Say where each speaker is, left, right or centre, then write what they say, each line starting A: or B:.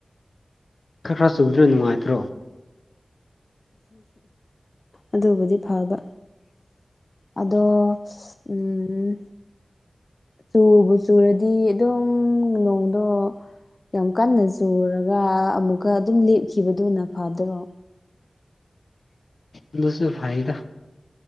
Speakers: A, on the left; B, on the left.
A: ꯈꯔ ꯈꯔ ꯆꯨꯕꯗꯨꯅ ꯅꯨꯡꯉꯥꯏꯇ꯭ꯔꯣ
B: ꯑꯗꯨꯕꯨꯗꯤ ꯐꯕ ꯑꯗꯣ ꯎꯝ ꯆꯨꯕ ꯆꯨꯔꯗꯤ ꯑꯗꯨꯝ ꯅꯣꯡ ꯑꯗꯣ ꯌꯥꯝ ꯀꯟꯅ ꯆꯨꯔꯒ ꯑꯃꯨꯛꯀ ꯑꯗꯨꯝ ꯂꯦꯞꯈꯤꯕꯗꯨꯅ ꯐꯗ꯭ꯔꯣ
A: ꯑꯗꯨꯁꯨ ꯐꯥꯏꯗ